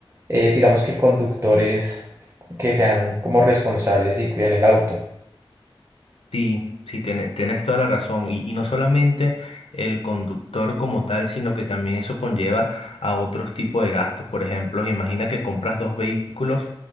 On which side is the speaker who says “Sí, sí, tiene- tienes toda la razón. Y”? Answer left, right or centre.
Left